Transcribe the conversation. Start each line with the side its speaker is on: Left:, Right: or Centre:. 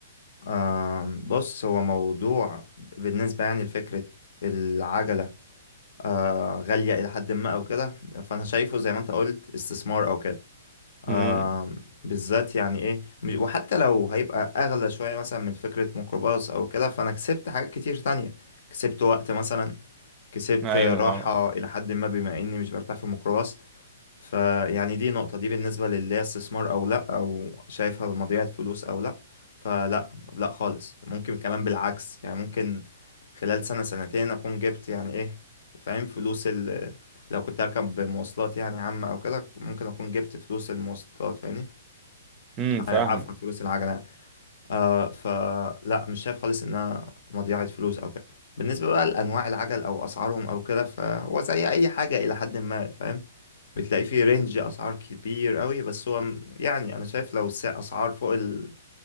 Left: آه بص هو موضوع بالنسبه يعني لفكره العجله آه، غالية إلى حد ما أو كده فأنا شايفه زي ما أنت قلت استثمار أو كده
Right: امم
Left: آه، بالذات يعني إيه م- وحتى لو هيبقى أغلى شوية مثلا من فكرة ميكروباص أو كده فأنا كسبت حاجات كتير تانية كسبت وقت مثلا كسبت
Right: ايوه
Left: راحة
Right: طبعا
Left: إلى حد ما بما إني مش برتاح في الميكروباص فيعني دي نقطة دي بالنسبة للي هي استثمار أو لأ أو شايفها مضيعة فلوس أو لأ فلأ لأ خالص ممكن كمان بالعكس يعني ممكن خلال سنة سنتين أكون جبت يعني إيه فاهم فلوس ال لو كنت أركب مواصلات يعني عامة أو كده ممكن أكون جبت فلوس المواصلات فاهمني
Right: امم فاهم
Left: آه، عفوا فلوس العجلة يعني آه فلا مش شايف خالص إنها مضيعة فلوس أو كده بالنسبة بقى لأنواع العجل أو أسعارهم أو كده فهو زي أي حاجة إلى حد ما فاهم بتلاقي فيه رينج اسعار كبير قوي بس هو م- يعني انا شايف لو الس- اسعار فوق ال